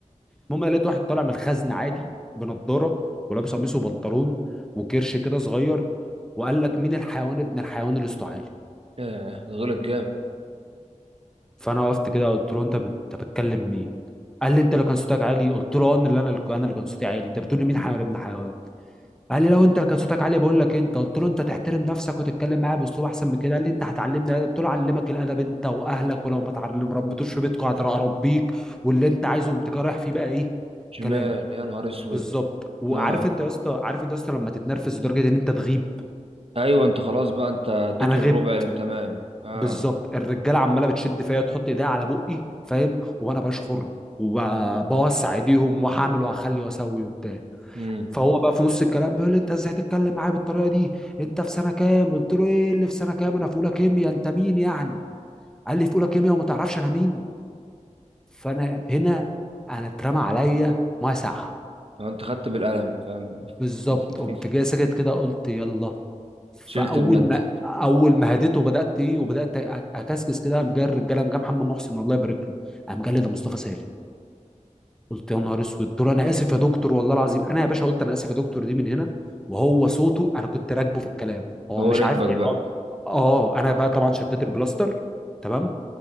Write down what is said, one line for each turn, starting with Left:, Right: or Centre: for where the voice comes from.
Centre: المهم انا لقيت واحد طالع من الخزن عادي بنضاره ولابس قميص وبنطلون وكرش كده صغير وقال لك مين الحيوان ابن الحيوان اللي صوته عالي
Right: آه. غلط جامد
Centre: فانا وقفت كده قلت له انت بت- انت بتكلم مين قال لي انت اللي كان صوتك عالي قلت له اه، انا اللي انا اللي انا اللي كان صوتي عالي انت بتقول لي مين حيوان ابن حيوان قال لي لو انت كان صوتك عالي بقول لك انت قلت له انت تحترم نفسك وتتكلم معايا باسلوب احسن من كده قال لي انت هتعلمني الادب قلت له علمك الادب انت واهلك ولو ما تعلم ربيتوش في بيتكم هتربيك واللي انت عايزه قمت رايح فيه بقى ايه
Right: شمال
Centre: كلام
Right: يا نهار اسود
Centre: بالظبط وعارف
Right: اه
Centre: انت يا اسطى عارف انت يا اسطى لما تتنرفز لدرجه ان انت تغيب
Right: ايوه انت خلاص بقى انت اديته
Centre: انا غبت
Right: الربع المتمام اه
Centre: بالظبط الرجاله عماله بتشد فيا تحط ايديها على بقي فاهم وانا بشخر وبوسع ايديهم وهعمل وهخلي واسوي وبتاع
Right: امم
Centre: فهو بقى في نص الكلام بيقول لي انت ازاي تتكلم معايا بالطريقه دي انت في سنه كام قلت له ايه اللي في سنه كام انا في اولى كيمياء انت مين يعني قال لي في اولى كيمياء وما تعرفش انا مين فانا هنا انا اترمى عليا ميه ساقعه
Right: لو انت خدت بالقلم فاهم
Centre: بالظبط
Right: <laughs>
Centre: قمت جاي ساكت كده قلت يلا فاول
Right: شلت المادة
Centre: ما اول ما هديته بدات ايه وبدات أ- اكسكس كده قام جاي الرجاله قام جاي محمد محسن الله يبارك له قام جاي لي ده مصطفى سالم قلت يا نهار اسود قلت له انا اسف يا دكتور والله العظيم انا يا باشا قلت انا اسف يا دكتور دي من هنا وهو صوته انا كنت راكبه في الكلام هو
Right: هو
Centre: مش
Right: ركبك
Centre: عارف يعني
Right: بقى
Centre: هو- اه انا بقى طبعا شديت البلاستر تمام